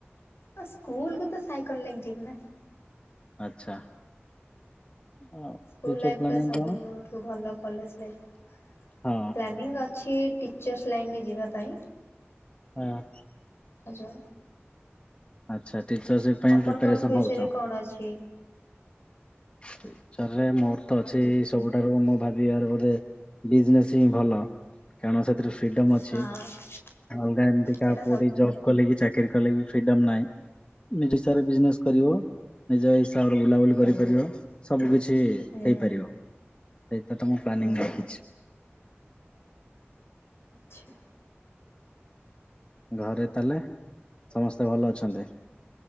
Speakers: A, on the left; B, on the left.
A: ଆ ସ୍କୁଲ କୁ ତ ସାଇକେଲ ନେଇକି ଯିବି ନା।
B: ଆଚ୍ଛା। ଆଉ
A: ସ୍କୁଲ
B: ଫ୍ୟୁଚର
A: ଲାଇଫ
B: ପ୍ଲାନିଂ
A: ଟା ସବୁଠୁ
B: କଣ?
A: ଭଲ କଲେଜ ଲାଇଫ
B: ହଁ
A: ପ୍ଲାନିଙ୍ଗ ଅଛି। ଟିଚର୍ସ ଲାଇନ୍ରେ ଯିବା ପାଇଁ।
B: ହଁ।
A: ଆ ଯୋ
B: ଆଚ୍ଛା ଟିଚରସ ଡେ ପାଇଁ
A: ଆପଣଙ୍କର
B: ପ୍ରିପାରେସନ
A: ଫ୍ୟୁଚର
B: ହଉଚ।
A: ରେ କଣ ଅଛି?
B: ଫ୍ୟୁଚର ରେ ମୋର ତ
A: ହଁ
B: ଅଛି
A: ଟି
B: ସବୁ ଟାର କୁ ମୁଁ ଭାବିବି ୟାର ବୋଧେ ବିଜନେସ ହିଁ ଭଲ କାରଣ ସେଥିରୁ ଫିଡମ ଅଛି।
A: ହଁ
B: ଅଲଗା ଏମିତି କାହା
A: ସେଟା
B: ପୁଅ
A: ସବୁଠୁ
B: ଠି ଜବ
A: ଭଲ
B: କଲେ କି ଚାକିରି କଲେ ବି ଫ୍ରିଡମ ନାହିଁ ନିଜ ଛା ରେ ବିଜନେସ କରିବ ନିଜ ହିସାବରେ ବୁଲାବୁଲି କରିପାରିବ। ସବୁ କିଛି
A: ହୁଁ
B: ହେଇପାରିବ। ହଁ ସେଇଟା ତ ମୁଁ ପ୍ଲାନିଂ
A: ହୁଁ
B: ରଖିଚି।
A: ଆଛା।
B: ଘରେ ତାହେଲେ ସମସ୍ତେ ଭଲ ଅଛନ୍ତି।